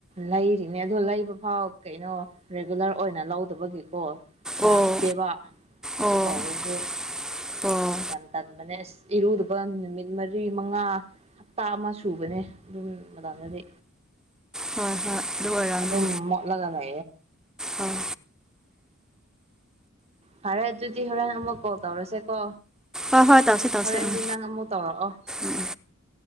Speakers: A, on the right; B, in the centre.
A: ꯂꯩꯔꯤ ꯑꯗꯨꯣ ꯂꯩꯕ ꯐꯥꯎ ꯀꯩꯅꯣ ꯔꯤꯒꯨꯂꯔ ꯑꯣꯏꯅ ꯂꯧꯗꯕꯒꯤꯀꯣ
B: ꯑꯣ
A: ꯂꯥꯛꯇꯦꯕ
B: ꯑꯣ
A: ꯀꯧꯔꯁꯨ
B: ꯑꯣ
A: ꯌꯥꯝ ꯇꯟꯕꯅꯦ ꯑꯁ ꯏꯔꯨꯗꯕ ꯅꯨꯃꯤꯠ ꯃꯔꯤ ꯃꯉꯥ ꯍꯞꯇꯥ ꯑꯃ ꯁꯨꯕꯅꯦ ꯑꯗꯨꯝ ꯃꯇꯝꯗꯗꯤ
B: ꯍꯣꯏ ꯍꯣꯏ ꯑꯗꯨ ꯑꯣꯏꯔꯝꯅꯤ
A: ꯑꯗꯨꯗꯝ ꯃꯠ ꯂꯥꯛ ꯂꯦ
B: ꯑꯣ
A: ꯐꯔꯦ ꯑꯗꯨꯗꯤ ꯍꯣꯔꯦꯟ ꯑꯃꯨꯛ ꯀꯣꯜ ꯇꯧꯔꯁꯦ ꯀꯣ
B: ꯍꯣꯏ ꯍꯣꯏ ꯇꯧꯁꯤ ꯇꯧꯁꯤ
A: ꯍꯣꯔꯦꯟꯗꯤ
B: ꯎꯝ
A: ꯅꯪ ꯑꯃꯨꯛ ꯇꯧꯔꯛꯑꯣ
B: ꯎꯝ